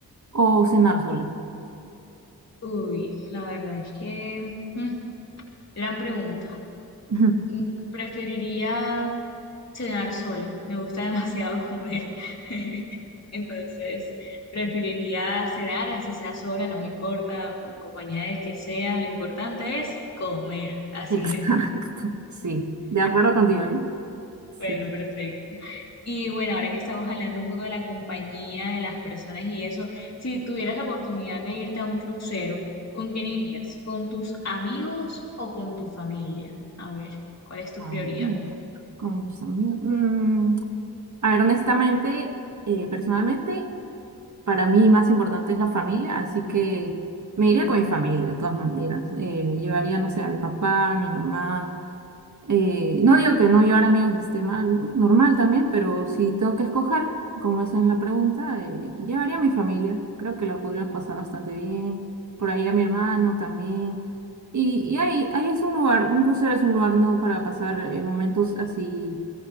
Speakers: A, on the right; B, on the left.
A: o cenar sola?
B: Uy, la verdad es que mm, gran pregunta.
A: <laughs>
B: Mm, Preferiría cenar sola. Me gusta demasiado comer. <laughs> Entonces, preferiría cenar así sea sola, no me importa, o en compañía del que sea. Lo importante es comer. Así
A: Exacto.
B: es.
A: Sí, de acuerdo contigo, ¿eh? Sí,
B: Bueno,
A: sí.
B: perfecto. Y bueno, ahora que estamos hablando un poco de la compañía, de las personas y eso, si tuvieras la oportunidad de irte a un crucero, ¿con quién irías? ¿Con tus amigos o con tu familia? A ver, ¿cuál es tu
A: Ah,
B: prioridad?
A: mm, con mis amigos. Mm, a ver, honestamente, eh, personalmente, para mí más importante es la familia, así que me iría
B: Ujú.
A: con mi familia, de todas maneras. Eh, llevaría, no sé, a mi papá, a mi mamá. Eh, no digo que no llevar amigos esté mal, ¿no? Normal también, pero si tengo que escoger, como es en la pregunta, eh, llevaría a mi familia. Creo que la podríamos pasar bastante bien. Por ahí a mi hermano también. Y, y ahí, ahí es un lugar, un crucero es un lugar no para pasar eh, momentos así